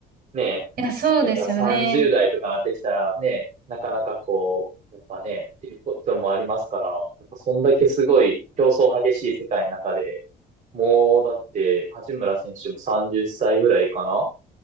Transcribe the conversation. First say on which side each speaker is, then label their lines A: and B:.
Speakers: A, on the right; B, on the right.
A: ね
B: や、そうですよね。
A: やっぱ30代とかなってきたらね、なかなかこう、やっぱね、っていうこともありますから、やっぱそんだけすごい競争激しい世界の中で、もうだって八村選手も30歳ぐらいかな